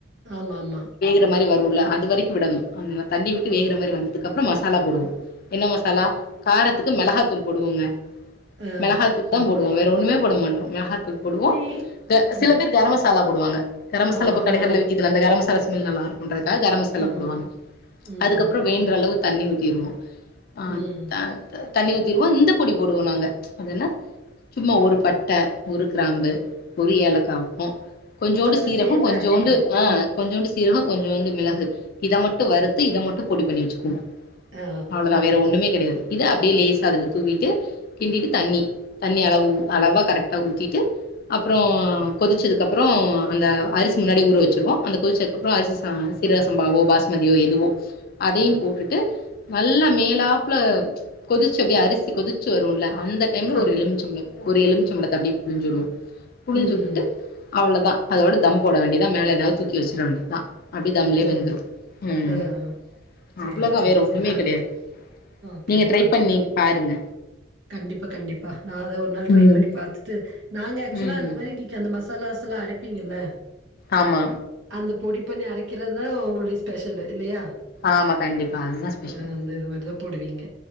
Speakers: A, on the right; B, on the left.
A: ஆமா ஆமா
B: ற மாரி வருல அது வரைக்கு விடணு ஆமங்க தண்ணி விட்டு வேகுற
A: ஆ
B: மாரி வந்ததுக்கப் ப்ற மசாலா போடுவோ என்ன மசாலா காரத்துக்கு மெளகாத்தூள் போடுவோங்க
A: ஆ
B: மெளகாத்தூள் தா போட் டுவோ வேற ஒன்னுமே போட மாட்டோ மெளகாத் தூள் போடுவோ
A: டீ
B: க
A: அ
B: சில பேர் கரமசாலா போடுவாங்க கரமசாலா
A: ஆமா
B: இப்ப கடைகள்ல
A: ஆ
B: விக்கிதுல அந்த கரமசாலா ஸ் மெல் நல்லா இருக் குன்றதுக்காக கரம் மசாலா
A: ஆமா.
B: போடுவாங்க
A: ம்
B: அதுக்கப்ற வேன்ற அளவுக் தண்ணி ஊத்திருவோ ஆஹ்
A: ம்
B: த த தண்ணி ஊத்துருவோ இந்த பொடி போடுவோ நாங்க அனா சும்மா ஒரு பட்டை ஒரு கிராம்பு ஒரு ஏலக்காய கொஞ்சோண்டு
A: அதெல்லாம்
B: சீரொக
A: சேத்து
B: கொஞ்சோண்டு
A: அரைப்பீங்க.
B: ஆஹ் கொஞ்சோண்டு சீரொக கொஞ்சம் வந்து மிளகு இதை மட்டும் வறுத்து இதை மட்டும் பொடி பண்ணி வச்சுக்குவோ
A: ஆ
B: அவ்ளோதா வேற ஒண்ணுமே கிடையாது இது அப்டி லேசா துல தூவிட்டு கின்டிட்டு தண்ணி தாண்ணி அளவு அலவா கரெடா உத்திட்டு அப்புறோ கொதிச்சதுக்குறோ அந்த அரிசி முன்னாடி ஊற வச்சுருவோ அந்த கொதிச்ச அப்றோ அரிசி சா சிறக சம்பாவோ பாஸ்மதியோ எதுவோ அதையும் போட்டுட்டு நல்லா மேலாப்பல கொதிச்ச அப்டியே அரிசி கொதிச்ச வருல அந்த டைம்ல
A: ஆமா.
B: ஒரு எலுமிச்சை பழ ஒரு எழுமிச்ச பழத அப்டியே புலிஞ்சுவிடுவோ புளிஞ்சு
A: ம்
B: விட்டுட்டு அவ்ளோதா அதோட தம் போடண்டியதா மேல ஏதாவது துகி வச்சிட வேண்டி த அபி தனளே
A: ஆ
B: வெந்துரு உம்
A: ஆ சேரி
B: அவ்ளோதா
A: சேரி
B: வேற ஒண்ணுமே
A: சேரி நான்
B: கிடையாது
A: ஓகே
B: நீங்க
A: ஓகே
B: ட்ரை
A: ஓகே.
B: பண்ணி பாருங்க
A: கண்டிப்பா கண்டிப்பா நா அத ஒரு நாள் ட்ரை
B: ம்
A: பண்ணி பாத்துட்டு நாங்க ஆக்சுவலா
B: ம்
A: அந்த மாதிரி டிகே அந்த மசோ கலாசலா அரைப்பிங்கல
B: ஆமா
A: இந்த பொடி பண்ணி அரைக்கிறத தான் ஒங்களுடைய ஸ்பெஷலு இல்லையா
B: ஆமா கண்டிப்பா அதுதா ஸ்பெஷல்
A: அஹ் அந்த இது மாதிரிதான் போடுவீங்க